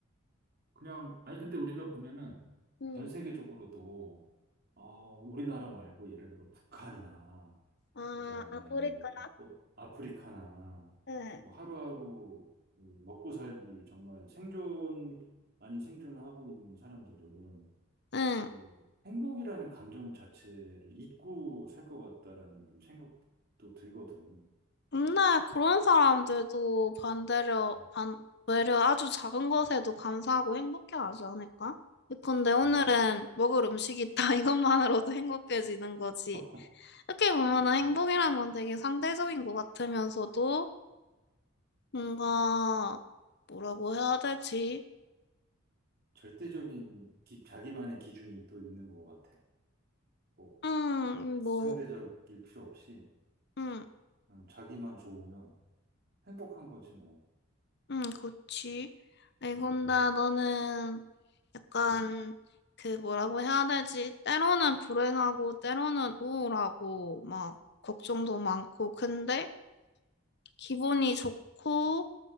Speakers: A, on the right; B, on the left.
A: 그냥, 아니, 근데 우리가 보면은
B: 응.
A: 전 세계적으로도, 어, 우리나라 말고 예를 들어 북한이나,
B: 아,
A: 그 다음에
B: 아프리카.
A: 또 아프리카나,
B: 응.
A: 뭐 하루하루 그 먹고 살기 정말 생존, 아닌 생존을 하고 있는 사람들은
B: 응.
A: 그 행복이라는 감정 자체를 잊고 살 것 같다라는 좀 생각도 들거든.
B: 근데 그런 사람들도 반대로,
A: 음,
B: 반, 외려 아주 작은 것에도 감사하고 행복해하지 않을까? 근데 오늘은
A: 어,
B: 먹을 음식이 있다. <laughs> 이것만으로도 행복해지는 거지.
A: <laughs>
B: 이렇게 보면은
A: 그렇지.
B: 행복이란 건 되게 상대적인 것 같으면서도 뭔가 뭐라고 해야 되지?
A: 절대적인 기- 자기만의 기준이 또 있는 것 같아. 꼭
B: 응,
A: 상대적일
B: 뭐,
A: 필요 없이
B: 응,
A: 음, 자기만 좋으면 행복한 거지 뭐.
B: 응, 그치. 아곤다
A: 음,
B: 너는 약간
A: 음,
B: 그 뭐라고 해야 되지? 때로는 불행하고 때로는 우울하고 막 걱정도 많고 근데 기분이 좋고